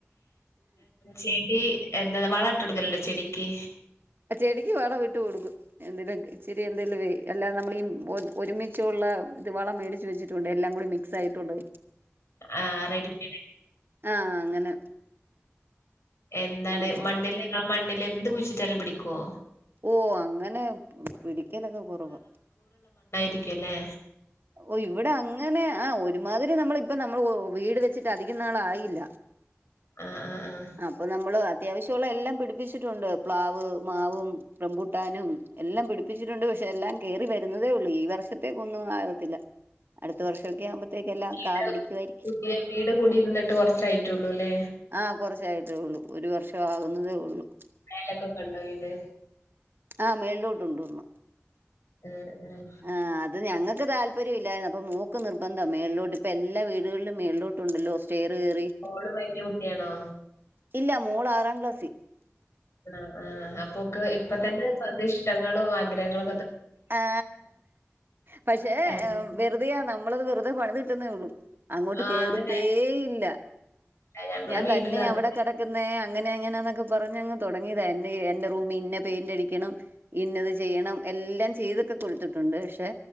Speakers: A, on the left; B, on the right.
A: ചെടി എന്താ വളട്ട് എടുക്കലല്ലോ ചെടിക്ക്.
B: ആ ചെടിക്ക് വളം ഇട്ട് കൊടുക്കും. എന്തേലും ഇച്ചിരി എന്തേലും അല്ലാ നമ്മള ഒരുമിചോള്ള ഇത് വളം മേടിച്ച് വച്ചിട്ടണ്ട് എല്ലാം കൂടി മിക്സ് ആയിട്ടുണ്ട്.
A: ആ റെഡിമെയ്ഡ്ആ
B: ആഹ് അങ്ങനെ
A: എന്താണ്
B: കൊടുക്കും
A: മണ്ണിൽ നിങ്ങമണ്ണിൽ എന്ത് കുഴിച്ചിട്ടാലും പിടിക്കുവോ?
B: ഓ അങ്ങനെ പിടിക്കലൊക്കെ കുറവാ.
A: രിക്കല്ലേ.
B: ഓ ഇവിടെ അങ്ങനെ ആ ഒരുമാതിരി നമ്മള ഇപ്പ നമ്മള് വീട് വെച്ചിട്ട് അധികം നാളായില്ല.
A: ആഹ് ആഹ് ആഹ്.
B: അപ്പൊ നമ്മള് അത്യാവശ്യമുള്ള എല്ലാം പിടിപ്പ പിപ്പിച്ചിട്ടുണ്ട് പ്ലാവ് മാവും റംമ്പുട്ടാനും എല്ലാം പിടിപ്പിച്ചിട്ടുണ്ട്. പക്ഷെ എല്ലാം കേറി വരുന്ന തേള്ളൂ ഈ വർഷത്തേക്ക് ഒന്നും ആകത്തില്ല. അടുത്ത വർഷൊക്കെ ആകുമ്പോത്തേക്ക എല്ലാം
A: കീട
B: കാ പിടിക്കുയിരിക്കും.
A: പുതിയ വീട് കൂടിയിരുന്നിട്ട് കൊറച്ചായിട്ടുള്ളൂല്ലേ
B: ആ കുറച്ചായിട്ടേ ഉള്ളൂ. ഒരു വർഷം ആകുന്നതേ ഉള്ളു.
A: നലക്കെക്കണ്ടോ വീത് <inaudible>
B: ആ മേളിലോട്ട്ണ്ട വന്നു.
A: ആഹ് ആഹ്
B: ആഹ് അത് ഞങ്ങക്ക് താല്പര്യം ഇല്ലായിരുന്നു. അപ്പ മോ ക്ക്നിർബന്ധം മേളിലോട്ട് ഇപ്പൊ എല്ലാ വീടുകളിലും മേളിലോട്ടുണ്ടല്ലോ. സ്റ്റെയർ കേറി
A: ഓള് വല്യ കുട്ടിയാണോ?
B: ഇല്ല മോള് ആറാം ക്ലാസ്സി
A: ആ ആ അപ്പൊക്ക് ഇപ്പ തന്നെ സ്വന്ത ഇഷ്ടങ്ങളും ആഗ്രഹങ്ങളോ
B: ആ പക്ഷേ
A: അതെ
B: വെറുതെയാ നമ്മളത് വെറുതെ പണിതി കിട്ടുന്നേ ഒള്ളു. അങ്ങോട്ട്
A: ആഹ്
B: കേറത്തേയില്ല.
A: അതെ ഞങ്ങളെ
B: ഞാൻ
A: വീട്ടിലും
B: തന്നെ
A: അതെ
B: അവിടെ കേടക്കുന്നെ അങ്ങനെ അങ്ങനൊക്കെ പറഞ് അങ്ങ് തൊടങ്ങിയതാ എ എന്റെ റൂമ് ഇന്ന പെയിന്റ്ടിക്കണം. ഇന്നത് ചെയ്യണം എല്ലാം ചെ ചെയ്തൊക്കെ കൊടുത്തിട്ടൊണ്ട് പഷേ